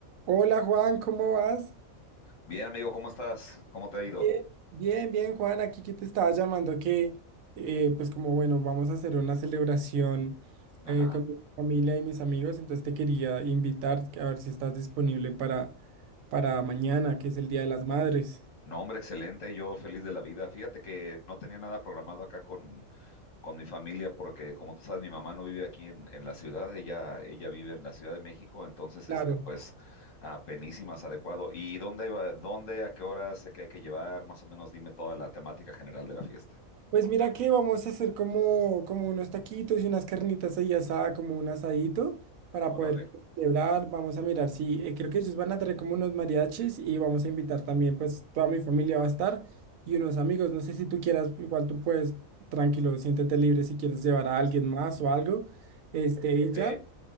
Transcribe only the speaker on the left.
Bien, amigo, ¿cómo estás? ¿Cómo te ha ido?
Ajá.
No, hombre, excelente, yo feliz de la vida. Fíjate que no tenía nada programado acá con, con mi familia porque, como tú sabes, mi mamá no vive aquí en, en la ciudad, ella, ella vive en la Ciudad de México, entonces,
este, pues, apenísimas, adecuado. ¿Y dónde, va- dónde, a qué hora sé que hay que llevar? Más o menos dime toda la temática general de la fiesta.
Órale,
ok.